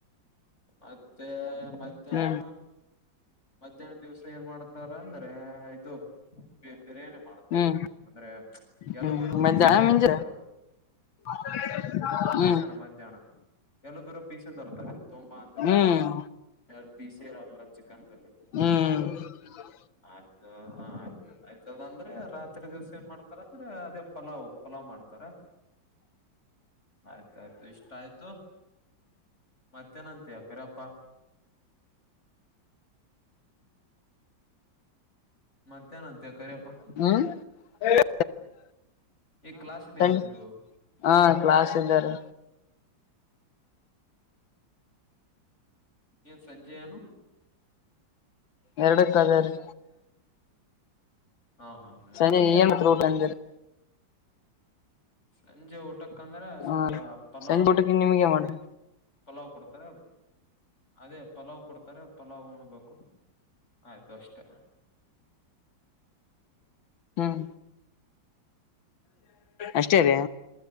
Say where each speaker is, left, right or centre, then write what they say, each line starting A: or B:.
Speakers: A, on the left; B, on the left.
A: ಮತ್ತೆ ಮಧ್ಯಾಹ್ನ.
B: ಹ್ಮ್
A: ಮಧ್ಯಾಹ್ನ ದಿವ್ಸ ಏನ್ ಮಾಡ್ತಾರ ಅಂದ್ರೆ ಇದು ಬಿರಿಯಾನಿ ಮಾಡ್ತಾರ.
B: ಹ್ಮ್
A: ಅಂದ್ರೆ ಎಲುಬು
B: ಹ್ಮ್
A: ಇರೋ
B: ಮಧ್ಯಾಹ್ನ
A: ಪೀಸನೇ
B: ಮಿಂಜ
A: ತರ್ತಾರೆ ಅವರು.
B: <inaudible>
A: ಮಧ್ಯಾಹ್ನ
B: ಹ್ಮ್
A: ಮಧ್ಯಾಹ್ನ ಎಲುಬು ಇರೋ ಪೀಸೆ ತರ್ತಾರೆ ತುಂಬಾ ಅಂದ್ರೆ.
B: ಹ್ಮ್
A: ಯಾವ ಫೀಸ್ ಇರಲ್ಲ ಚಿಕನ್ದಲ್ಲಿ.
B: ಹ್ಮ.
A: ಆಯ್ತು ಹ ಆಯ್ತು ಆಯ್ತದ ಅಂದ್ರೆ ರಾತ್ರಿ ದಿವ್ಸ. ಏನ್ ಮಾಡ್ತಾರ ಅಂದ್ರೆ ಅದೇ ಪಲಾವ್ ಪಲಾವ್ ಮಾಡ್ತಾರ. ಆಯ್ತಾಯ್ತು ಇಷ್ಟ ಆಯ್ತು ಮತ್ತೆನಂತಯ ಕರಿಪ್ಪಾ. ಮತ್ತೆನ್ ಅಂತೀಯಾ ಕರಿಯಪ್ಪಾ.
B: ಹ್ಮ್ ಏನ್.
A: ಈ ಕ್ಲಾಸ್ ಇದೆಯಾ ನಿಮ್ದು
B: <inaudible> ಹಾ ಕ್ಲಾಸ್ ಇದ್ದಾರೆ.
A: ಏನ ಸಂಜೆ ಏನು.
B: ಎರಡಕ್ಕೆ ಅದೇ ರಿ.
A: ಹಾ ಹಾ ಎರಡಕ್ಕಿದಯಾ.
B: ಸಂಜೆ ಏನ್ ಊಟ ಅಂದಿರಿ
A: ಸಂಜೆ ಊಟಕ್ಕಂದ್ರೆ ಸ್ವಲ್ಪ
B: ಹ
A: ಪಲಾವು.
B: ಸಂಜೆ ಊಟಕ್ಕೆ ನಿಮ್ಗೆ ಮಾಡ್ರಿ
A: ಪಲಾವ್ ಕೊಡ್ತಾರೆ ಅದೇ ಪಲಾವ್ ಕೊಡ್ತಾರೆ ಪಲಾವ್ ಉಣ್ಬೇಕು. ಆಯ್ತು ಅಷ್ಟೇ.
B: ಹ್ಮ್ ಅಷ್ಟೇ ರಿ.